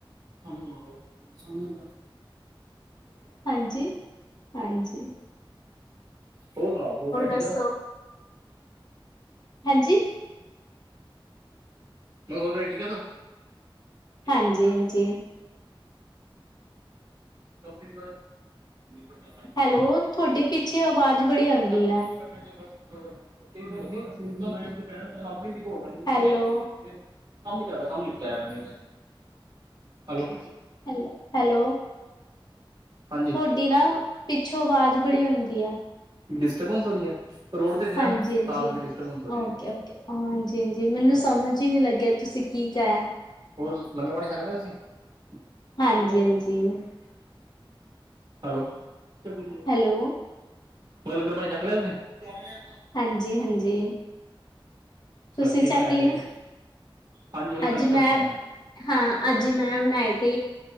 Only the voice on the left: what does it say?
ਹਾਂਜੀ-ਹਾਂਜੀ।
ਦੱਸੋ
ਹਾਂਜੀ
ਹਾਂਜੀ,
ਹਾਂਜੀ।
ਹੈਲੋ,
ਤੁਹਾਡੇ ਪਿੱਛੇ ਆਵਾਜ਼ ਬੜੀ ਆਂਦੀ
ਐ?
ਹੈਲੋ,
ਹੈਲ ਹੈਲੋ,
ਤ ਵੀ ਨਾ ਪਿੱਛੋਂ ਆਵਾਜ਼ ਬੜੀ ਆਂਦੀ ਐ।
ਹਾਂਜੀ
ਹਾਂਜੀ
ਓਕੇ
ਓਕੇ ਹਾਂਜੀ ਹਾਂਜੀ ਮੈਨੂੰ
ਸਮਝ ਹੀ ਨੀ ਲੱਗਿਆ ਤੁਸੀਂ ਕੀ ਕਹਿ।
ਹਾਂਜੀ,
ਹਾਂਜੀ।
ਹੈਲੋ
ਹਾਂਜੀ ਹਾਂਜੀ
ਤੁਸੀਂ
ਛੱਕ ਲਿਆ
ਅੱਜ
ਮੈਂ
ਹਾਂ ਅੱਜ ਮੈਂ ਬਣਾਏ ਤੇ